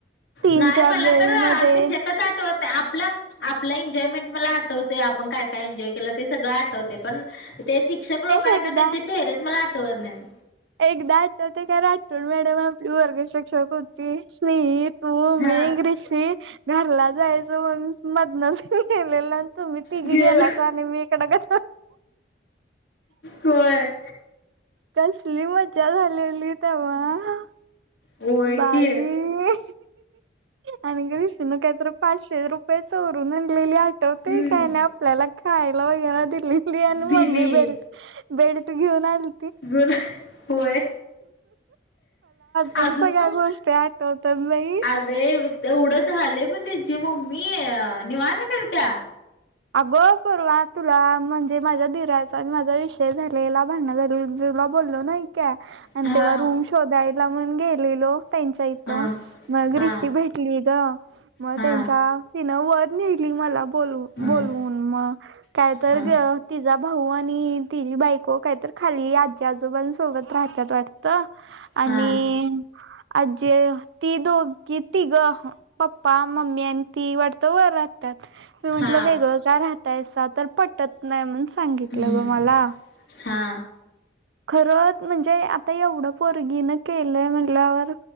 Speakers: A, on the right; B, on the left.
A: तीनच्या
B: नाही मला
A: बेल
B: तर
A: मध्ये
B: शिक्षकच आठवत नाही आपलं. आपलं एन्जॉयमेंट मला आठवतोय आपण काय काय एन्जॉय केलं ते सगळं आठवते पण ते शिक्षक लोक
A: ए
B: आहेत
A: एकदा
B: ना त्यांचे चेहरेच मला आठवत नाहीत.
A: एकदा आटतते राठोड मॅडम आपले वर्ग शिक्षक होती. ती स्नेही तू मी
B: हा
A: ग्रिष घरला जायचं म्हणून मधनच. गेलेला तुम्ही तिगी
B: गेल
A: गेलासा आणि मी इकड ग.
B: होय.
A: कसली मज्जा झालेली थेवा ह.
B: होय
A: बाई,
B: की
A: आणि ग्रिशूनं काय तर पाचशे रुप पय चोरून आणलेली आठवतंय
B: हम्म
A: काय? अन् आपल्याला खायला वगैरे दि ली आणि
B: दिली
A: मम्मी बेल्ट बेल्ट घेऊन आल
B: <unintelligible> होय.
A: तुम
B: अजून
A: सगळ्या
B: पण
A: गोष्टी आठवत्यात बाई.
B: अगे तेवढं झालंय पण त्यांची मम्मी निवांत फिरत्या.
A: अगो परवा तुला म्हणजे माझ्या दिराचा आणि माझा विषय झालेला, भांडण झाली तुला बोलो नाही का, आणि
B: हा
A: तेव्हा रूम शोधायला म्हण गेलेलो त्यांच्या इ
B: हा
A: त मग ग्रिशी
B: हा
A: भेटली गं, मग
B: हा
A: त्यांच्या तिनं वर नेली मला बोल बोलवून,
B: हा
A: मग काय तर
B: हा
A: ग तिजा भाऊ आणि तिझी बायको काय तरी खाली आजी आजोबां सोबत राहत्यात वाटतं. आणि
B: हा
A: आजी अ ती दोघी तिघं पप्पा मम्मी आणि ती वाटतं वर राहत्यात.
B: हा
A: म्हंटलं वेगळं का राहतायसा? तर पटत नाही म्हण सांगितलं
B: हम्म
A: गं मला.
B: हा
A: खरं म्हणजे आता एवढं पोरगीनं केलंय म्हटल्यावर